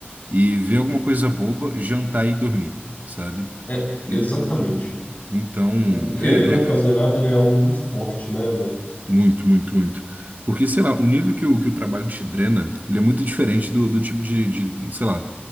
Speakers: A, on the right (about 45°); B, on the left (about 45°).
A: e ver alguma coisa boba, jantar e dormir, sabe?
B: É,
A: En-
B: exatamente.
A: Então,
B: O, o querer
A: é,
B: não
A: é,
B: fazer
A: é,
B: nada, ele é algo muito forte, né, velho?
A: muito, muito, muito. Porque, sei lá, o nível que o, que o trabalho te drena, ele é muito diferente do, do tipo de, de, sei lá,